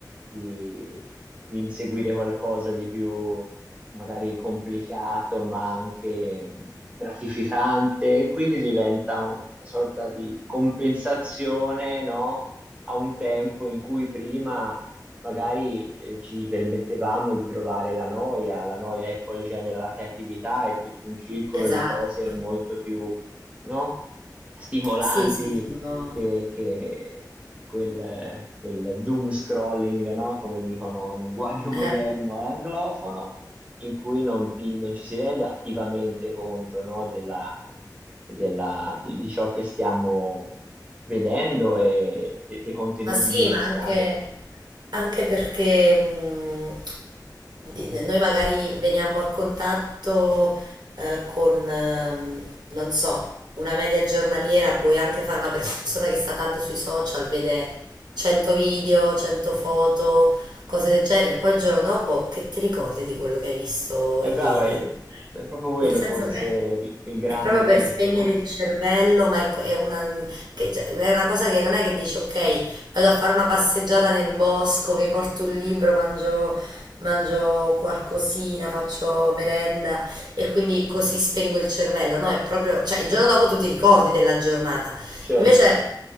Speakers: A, on the right; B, on the right.
A: di, di inseguire qualcosa di più magari complicato, ma anche gratificante, e quindi diventa una sorta di compensazione, no? a un tempo in cui prima magari eh, ci permettevamo di provare la noia, la noia che poi genera la creatività e tutto un circolo
B: esatto.
A: di cose molto più, no? Stimolanti
B: Sì, sì, sono...
A: che, che quel, quel doom scrolling, no? Come dicono il linguaggio moderno
B: eh,
A: e anglofono in cui non, ti- non ci si rende attivamente conto, no, della, della- di, di ciò che stiamo vedendo e de- dei contenuti
B: Ma sì,
A: di cui
B: ma
A: stiamo...
B: anche... Anche perché mh, di- noi magari veniamo a contatto eh, con, ehm, non so, una media giornaliera, puoi anche fare una persona che sta tanto sui social, vede 100 video, 100 foto, cose del genere, poi il giorno dopo che ti ricordi di quello che hai visto
A: È
B: ieri?
A: brava, è, è proprio quello
B: Nel senso
A: forse
B: che
A: il, il grande
B: è proprio
A: limite,
B: per spegnere
A: no?
B: il cervello, ma è, è una, che- cioè, è una cosa che non è che dici, ok, vado a fare una passeggiata nel bosco, mi porto un libro, mangio, mangio qualcosina, faccio merenda e quindi così spengo il cervello. No, è proprio, cioè il giorno dopo tu ti ricordi della giornata.
A: Certo,
B: Invece